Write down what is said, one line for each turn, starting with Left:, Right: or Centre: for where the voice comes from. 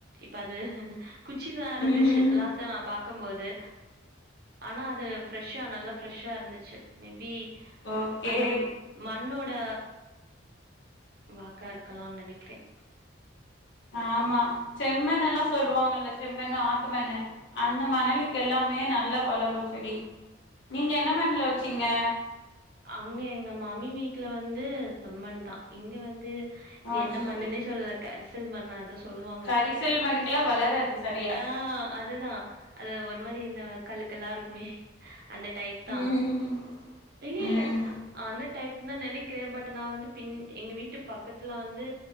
Right: இப்ப அது குச்சி தான் இருந்துச்சு
Left: ம்
Right: லாஸ்டா நான் பாக்கும் போது ஆனா அது ஃபிரெஷ்ஷா நல்லா ஃப்ரெஷ்ஷா இருந்துச்சு மேபி
Left: ஓகே
Right: அந்த மண்ணோ ட வாக்கா இருக்கலானு நெனைக்கிறேன்
Left: ஆமா செம்மண் எல்லாம் சொல்லுவாங்கல்ல செம்மண்ணு ஆத்துமண்ணு அந்த மணலுக்கெல்லாமே நல்லா வளரும் செடி நீங்க என்ன மண்ணுல வச்சீங்க
Right: அங்க எங்க மாமி வீட்ல வந்து செம்மண் தான் இங்க வந்து
Left: ஆ
Right: இது என்ன
Left: சேரி
Right: மண்ணுன்னே சொல்லல கரி சொல்மா நா எதோ சொல்லுவாங்க
Left: கரிசல் மண்ணுக்கெல்லா வளராது சரியா
Right: ஆ அதுதா அது ஒரு மாரி இந்த கல்லு கல்லா இருக்குமே அந்த டைப் தா
Left: ம்
Right: இல்ல
Left: ம்
Right: அந்த டை நா நெனைக்குறே பட் நா வந்து பின் எங்க வீட்டு பக்கத்துல வந்து